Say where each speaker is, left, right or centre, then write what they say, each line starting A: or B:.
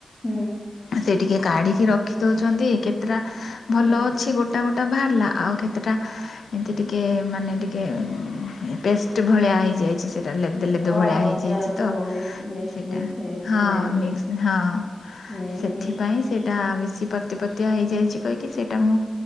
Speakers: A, on the left; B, on the left.
A: ହୁଁ।
B: ସେ ଟିକିେ କାଢ଼ିକି ରଖିଦଉଛନ୍ତି କେତେଟା ଭଲ
A: ହୁଁ
B: ଅଛି ଗୋଟା ଗୋଟେ ତେଟା ବାହାରିଲା ଆଉ କେତେଟା ଏମିତି ଟିକେ ମାନେ ଟିକେ ପେଷ୍ଟ ଭଳିଆ ହେଇଯାଇଛି ସେ ଟା ଲେଦୁ ଲେଦୁ
A: ଓହୋ
B: ଭଳିଆ ହେଇଯାଇଛି
A: ପୁରା ସବୁ
B: ତ।
A: ମିକ୍ସ ମିକ୍ସ
B: ସେଟା
A: ମିକ୍ସ ହେଇଯାଇଥିବ
B: ହଁ
A: ନାଇଁ କି?
B: ହଁ
A: ହୁଁ
B: ସେଥିପାଇଁ
A: ହୁଁ
B: ସେଟା ବି ପତି ପତିଆ ହେଇଯାଇଛି କହିକି ସେଇଟା ମୁଁ